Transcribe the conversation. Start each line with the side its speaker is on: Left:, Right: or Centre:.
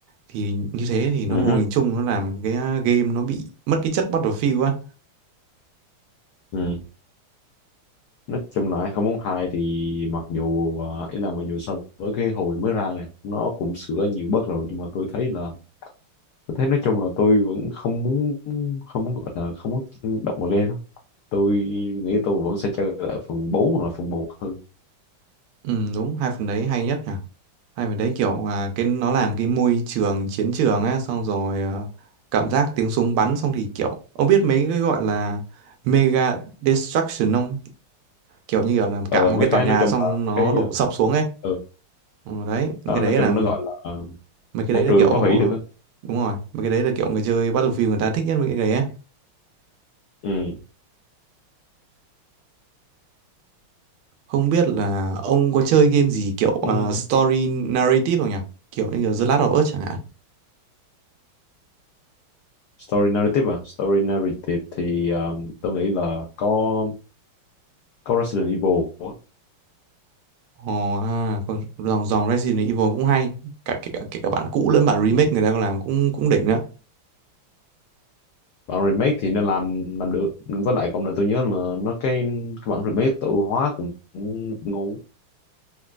Right: thì như thế thì nó
Left: Ừ.
Right: vô hình chung nó làm cái uh, game nó bị mất cái chất Battlefield á
Left: Ừ. nói chung là 2042 thì mặc dù à, ý là mặc dù so với cái hồi mới ra này nó cũng sửa nhiều bug rồi nhưng mà tôi thấy là tôi thấy nói chung là tôi vẫn không muốn không muốn gọi là không muốn động vào game tôi nghĩ tôi vẫn sẽ chơi lại phần 4 hoặc là phần một hơn
Right: ừ, đúng hai phần đấy hay nhất nhỉ hai phần đấy kiểu à, cái nó làm cái môi trường chiến trường á xong rồi à, cảm giác tiếng súng bắn xong thì kiểu ông biết mấy cái gọi là mega destruction không kiểu như kiểu là
Left: ờ,
Right: cả một
Left: mấy
Right: cái
Left: cái
Right: tòa nhà
Left: nói chung
Right: xong
Left: là
Right: nó
Left: cái
Right: đổ sập xuống ấy
Left: ừ,
Right: Ờ, đấy những
Left: đó
Right: cái đấy
Left: nói chung
Right: là
Left: nó gọi là ờ,
Right: mấy cái
Left: môi
Right: đấy là
Left: trường
Right: kiểu ờ,
Left: phá hủy được á
Right: đúng rồi mấy cái đấy là kiểu người chơi Battlefield người ta thích nhất mấy cái đấy ấy.
Left: ừ.
Right: Không biết là ông có chơi game gì kiểu ờ,
Left: ừ.
Right: story narrative không nhỉ kiểu như kiểu The Last of Us chẳng hạn
Left: story narrative à story narrative thì um, tôi nghĩ là có có Resident Evil á.
Right: Ồ ha còn dòng dòng Resident Evil cũng hay cả kể cả kể cả bản cũ lẫn bản remake
Left: ừ.
Right: người ta còn làm cũng cũng đỉnh đó
Left: bản remake thì nó làm làm được với lại còn là tôi nhớ là nó cái cái bản remake tự hóa cũng, cũng ngon